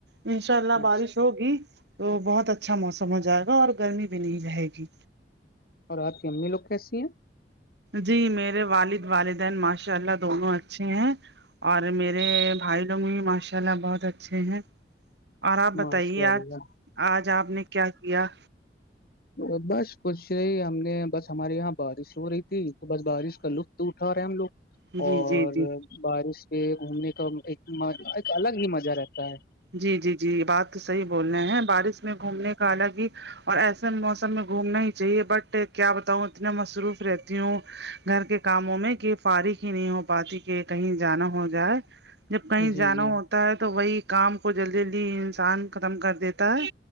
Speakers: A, on the right; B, on the left.
A: انشاء
B: ہے
A: اللہ بارش ہوگی تو بہت اچھا موسم ہو جائے گا اور گرمی بھی نہیں رہے گی
B: اور آپ کی امی لوگ کیسی ہیں
A: جی میرے والد والدین ماشاء اللہ دونوں اچھے ہیں اور میر مے بھائی لوگ بھی ماشاء اللہ بہت اچھے ہیں اور آپ
B: ماشاء
A: بتائیے
B: اللہ
A: آج آج آپ نے کیا کیا
B: بس بس کچھ نہیں ہم نے بس ہمارے یہاں بارش ہو رہی تھی تو بس بارش کا لطف اٹھا رہے ہیں ہم لوگ
A: جی
B: اور
A: جی جی
B: بارش میں گھومنے کا ایک الگ ہی مزہ رہتا ہے
A: جی جی جی بات تو صحیح بول رہے ہیں بارش میں گھومنے کا حالگہ اور ایسے موسم میں گھومنا ہی چاہیے بٹ کیا بتاؤں اتنا مصروف رہتی ہوں گھر کے کاموں میں کہ فارغ ہی نہیں ہو پاتی کہ کہیں جانا ہو جائے جب
B: ہے
A: کہیں
B: جی
A: جانا
B: جی
A: ہوتا ہے تو وہی کام کو جلدی جلدی انسان ختم کر دیتا ہے